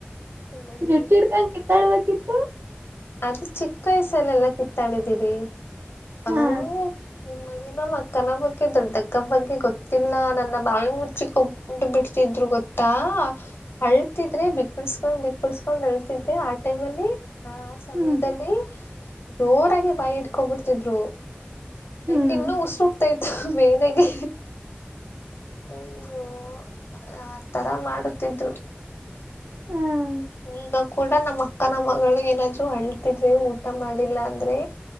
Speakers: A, on the left; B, on the right.
A: ಚೆನ್ನಾಗಿರುತ್ತೆ
B: ಜುಟ್ಟಿಹಿಡ್ಕೊಂಡ ಕಿತ್ತಾಳ್ಬೇಕ ಇತ್ತು.
A: ಅದು ಚಿಕ್ಕ ವಯಸ್ಸಲ್ಲೆಲ್ಲಾ ಕಿತ್ತಾಡಿದೀರಿ. ಅಂಮ್ಯೂಗ್.
B: ಹಾ
A: ನಿಮಗೆ ನಮ್ಮ್ ಅಕ್ಕನ ಬಗ್ಗೆ ದೊಡ್ಡಕ್ಕ ಬಗ್ಗೆ ಗೊತ್ತಿಲ್ಲಾ ನನ್ನ ಬಾವಿ ಮುಚ್ಚಿಕೊಂಡು ಬಿಡ್ತಿದ್ರು ಗೊತ್ತಾ ಅಳ್ತಿದ್ರೆ ಬಿಕ್ಕಳ್ಸ್ಕೊಂಡ್ ಬಿಕ್ಕಳ್ಸ್ಕೊಂಡ್ ಅಳ್ತಿದ್ದೆ ಆ ಟೈಮಲ್ಲಿ ಆ. ತ್ತಮಯದಲ್ಲಿ.
B: ಹ್ಮ್
A: ಜೋರಾಗಿ ಬಾಯಿ ಇಟ್ಕೊಬಿಡ್ತಿದ್ರು. ತಂಗ
B: ಹ್ಮ್
A: ಇನ್ನೂ ಉಸರುಗ್ತಾ ಇತ್. ಮೇನೆಗೆ. ಅಯ್ಯೋ ಆ ತ್ತರಾ ಮಾಡುತ್ತಿದ್ರು.
B: ಹ್ಮ್
A: ಈಗ ಕೂಡಾ ನಮ್ಮ್ ಅಕ್ಕಾನ ಮಗಳಿಗ ಇನ್ನ ಜೋ ಹಳ್ತಿದ್ರೆ ಊಟಾ ಮಾಡಿಲ್ಲಾ ಅಂದ್ರೆ.